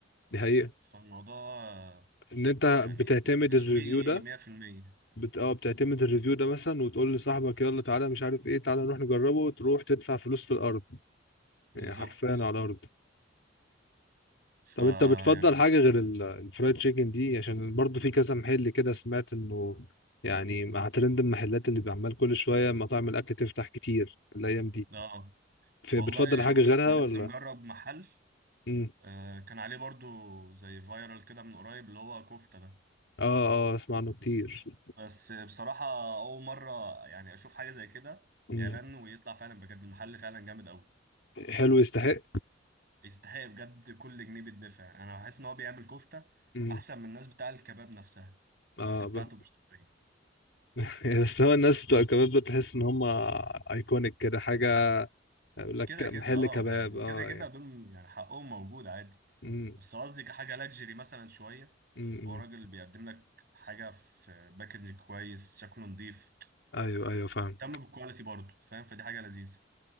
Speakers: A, on the left; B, on the right.
A: دي حقيقة
B: فالموضوع آه،
A: ان انت
B: يعني
A: بتعتمد
B: تسويقي
A: الريفيو ده
B: 100%
A: بت... اه بتعتمد الريفيو ده مثلا وتقول لصاحبك يلا تعالى مش عارف ايه تعالى نروح نجربه وتروح تدفع فلوس في الارض
B: بالظبط
A: يعني حرفيا على الارض
B: فيعني
A: طب انت بتفضل حاجة غير ال- الفرايد تشيكن دي عشان برضو في كذا محل كده سمعت انه يعني مع ترند المحلات اللي بيعمل كل شوية مطاعم الاكل تفتح كتير الايام دي
B: ده آه.
A: ف-
B: والله
A: بتفضل حاجة
B: بص
A: غيرها
B: انا
A: ولا
B: لسه مجرب محل
A: امم
B: آه، كان عليه برضو زي فايرال كده من قريب اللي هو كفتة ده
A: اه اه اسمع عنه كتير
B: بس بصراحة أول مرة يعني أشوف حاجة زي كده
A: امم
B: إعلان ويطلع فعلا بجد المحل فعلا جامد أوي
A: حلو يستحق
B: يستحق بجد كل جنيه بيدفع انا بحس ان هو بيعمل كفته
A: امم
B: احسن من الناس بتاع الكباب نفسها
A: اه
B: الكفته بتاعته
A: ب...
B: مش طبيعيه
A: <laughs> يعني بس هو الناس بتوع الكباب ده تحس ان هم ايكونيك كده حاجة يقول لك
B: كده
A: محل
B: كده اه
A: كباب
B: يعني
A: اه
B: كده كده
A: يعني
B: دول يعني حقهم موجود عادي
A: امم
B: بس قصدي كحاجه لاكجري مثلا شويه
A: امم
B: هو راجل بيقدم لك حاجه في باكج كويس شكله نظيف
A: ايوه ايوه فاهم
B: اهتم بالكواليتي برضه فاهم فدي حاجه لذيذه